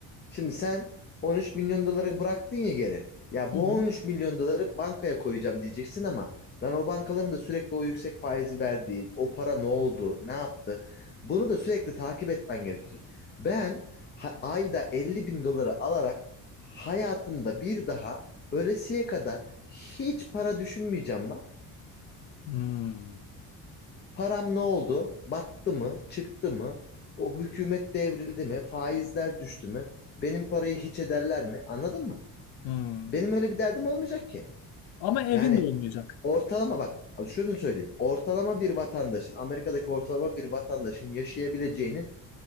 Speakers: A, on the left (about 30°); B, on the left (about 85°).
A: Şimdi sen 13 milyon doları bıraktın ya geri. Ya
B: Hı
A: bu
B: hı.
A: 13 milyon doları bankaya koyacağım diyeceksin ama lan o bankaların da sürekli o yüksek faizi verdiği, o para ne oldu, ne yaptı? Bunu da sürekli takip etmen gerekecek. Ben ha- ayda 50 bin doları alarak hayatımda bir daha ölesiye kadar hiç para düşünmeyeceğim lan.
B: Hmm,
A: Param ne oldu? Battı mı? Çıktı mı? O hükümet devrildi mi? Faizler düştü mü? Benim parayı hiç ederler mi? Anladın mı?
B: hmm.
A: Benim öyle bir derdim olmayacak ki.
B: Ama evin
A: Yani
B: de olmayacak.
A: ortalama bak şunu söyleyeyim. Ortalama bir vatandaşın Amerika'daki ortalama bir vatandaşın yaşayabileceğinin